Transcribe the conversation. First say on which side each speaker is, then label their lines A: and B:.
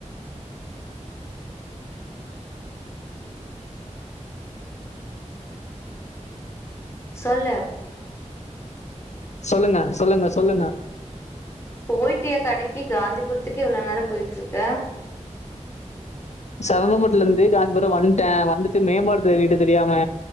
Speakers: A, on the left (about 20°); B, on the left (about 65°).
A: சொல்லு
B: சொல்லுங்க சொல்லுங்க சொல்லுங்க
A: போய்ட்டியா கடைக்கி காந்திபுரத்துக்கே இவ்வளவு நேரம் போயிட்ருக்க
B: சரவங்கலெந்து காஞ்சிபுரம் வந்துட்டேன் வந்துட்டு மேம்பாலத்து ஏறிடு தெரியாம